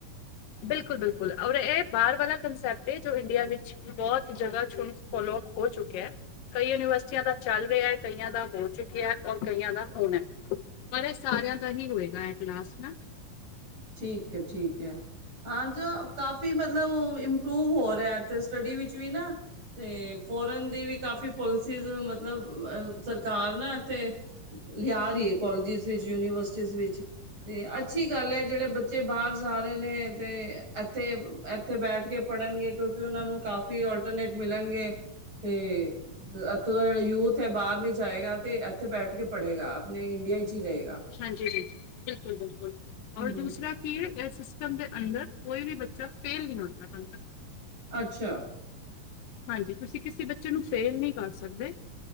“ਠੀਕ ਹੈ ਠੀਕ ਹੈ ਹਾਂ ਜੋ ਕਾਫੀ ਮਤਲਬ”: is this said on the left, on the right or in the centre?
Right